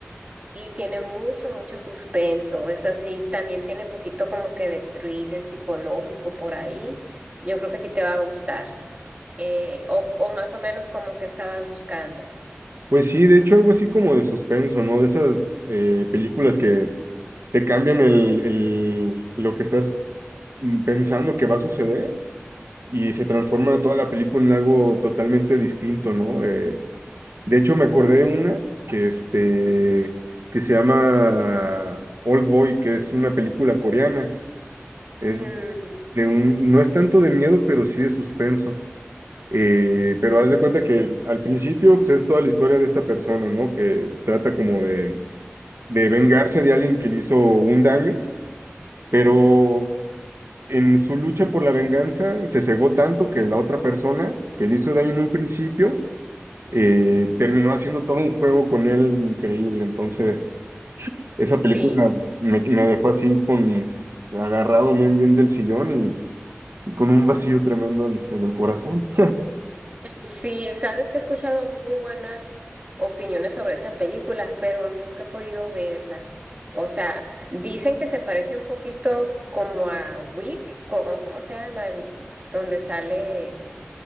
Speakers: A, on the right (about 30°); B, on the right (about 65°).
A: y tiene mucho, mucho suspenso. Es así, también tiene poquito como que de thriller psicológico por ahí. Yo creo que sí te va a gustar. Eh, o, o más o menos como que estabas buscando.
B: Pues sí, de hecho algo así como de suspenso, ¿no? De esas eh, películas que te cambian el, el- lo que estás mm, pensando que va a suceder y se transforma toda la película en algo totalmente distinto, ¿no? Eh, de hecho me acordé de una que, este, que se llama Old Boy, que es una película coreana. Es
A: Mm,
B: de un, no es tanto de miedo, pero sí de suspenso. Eh, pero haz de cuenta que al principio pues, es toda la historia de esta persona, ¿no? Que trata como de de vengarse de alguien que le hizo un daño, pero en su lucha por la venganza se cegó tanto que la otra persona que le hizo daño en un principio eh, terminó haciendo todo un juego con él increíble. Entonces, esa película
A: sí.
B: me, me dejó así con agarrado bien, bien del sillón y, y con un vacío tremendo en, en el corazón.
A: Sí, sabes que he escuchado muy buenas opiniones sobre esa película, pero nunca he podido verla. O sea, dicen que se parece un poquito como a Wick, co- o cómo se llama, El- donde sale